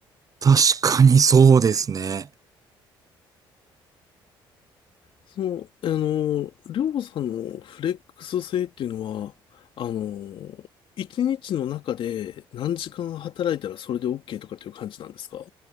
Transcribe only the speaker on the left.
その、あの、りょうさんのフレックス性っていうのは、あの、一日の中で何時間働いたらそれで OK とかっていう感じなんですか